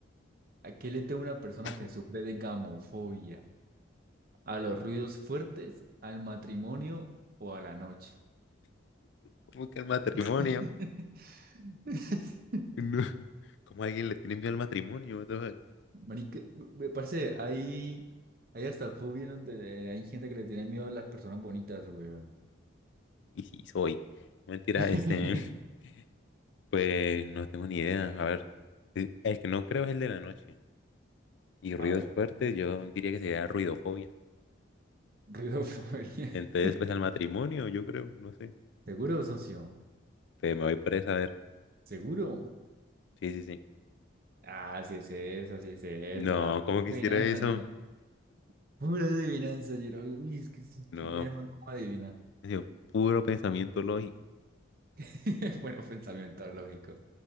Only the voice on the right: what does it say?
¿a qué le teme una persona
que sufre
de gamofobia? ¿A los ruidos fuertes, al matrimonio o a la noche?
<laughs>
Marica, me parece, hay, hay hasta fobias donde hay gente que le tiene miedo a las personas bonitas, weón.
<laughs>
A ver,
ruidofobia.
<laughs>
¿Seguro, socio?
¿Seguro?
Ah, sí es esa, sí es esa,
la pura
adivinanza,
ñero. Pura adivinanza, ñero. Uy, es que sí,
eh, man, ¿cómo adivina?
<laughs> Bueno, pensamiento lógico.